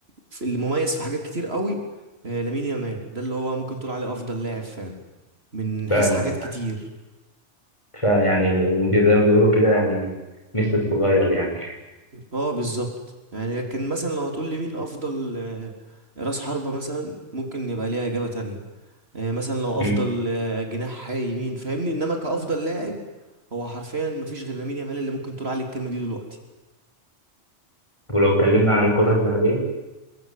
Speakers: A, on the right; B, on the left.
A: في- اللي مميز في حاجات كتير قوي آه، لامين يامال ده اللي هو ممكن تقول عليه افضل لاعب فعلا من
B: فعلا
A: حيث حاجات كتير
B: فيعني زي ما بيقولوا كده يعني ميسي الصغير يعني
A: اه بالظبط يعني لكن مثلا لو هتقول لي مين افضل آه، راس حربة مثلا ممكن يبقى ليها اجابة تانية آه، مثلا لو
B: مم.
A: افضل آه، جناح يمين فاهمني انما كافضل لاعب هو حرفيا مفيش غير لامين يامال اللي ممكن تقول عليه الكلمة دي دلوقتي
B: ولو اتكلمنا عن الكرة الذهبية